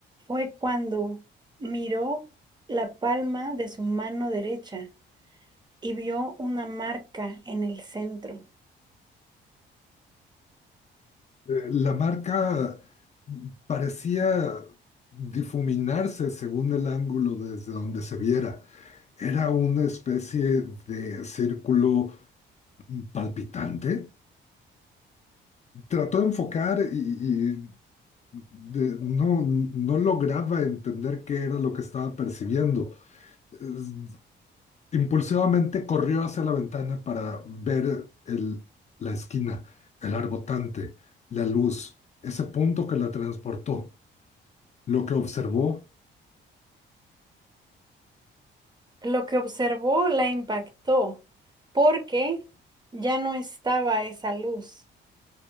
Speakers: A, on the right; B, on the left.
A: fue cuando miró la palma de su mano derecha y vio una marca en el centro.
B: Eh, La marca parecía difuminarse según el ángulo desde donde se viera. Era una especie de círculo palpitante. Trató de enfocar y, y de- no, no lograba entender qué era lo que estaba percibiendo. Es- Impulsivamente corrió hacia la ventana para ver el- la esquina, el arbotante, la luz, ese punto que la transportó. Lo que observó,
A: Lo que observó la impactó porque ya no estaba esa luz.